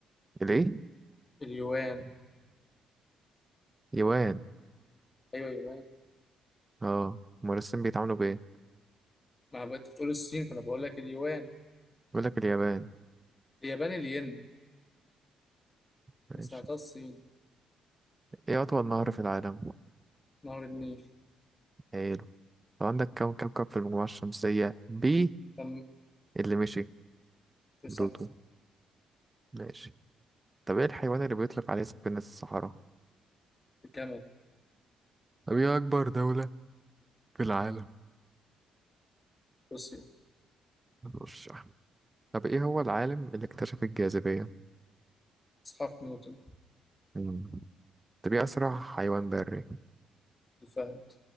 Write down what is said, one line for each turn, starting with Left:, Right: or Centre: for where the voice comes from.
Right: الايه
Left: اليوان
Right: يوان
Left: ايوه يوان
Right: اه المرسم بيتعاملوا بايه
Left: ما بقى انت بتقول الصين فانا بقول لك اليوان
Right: بيقول لك اليابان
Left: الياباني الين
Right: ماشي
Left: ما سمعتها الصين
Right: ايه اطول نهر في العالم
Left: نهر النيل
Right: حلو طب عندك كم كوكب في المجموعة الشمسية بي
Left: تم
Right: اللي مشي
Left: تسعة
Right: بلوتو ماشي طب ايه الحيوان اللي بيطلق عليه سفينة الصحراء
Left: الجمل
Right: طب ايه اكبر دولة في العالم
Left: روسيا
Right: مش طب ايه هو العالم اللي اكتشف الجاذبية
Left: اسحاق نيوتن
Right: مم. طب ايه اسرع حيوان بري
Left: الفهد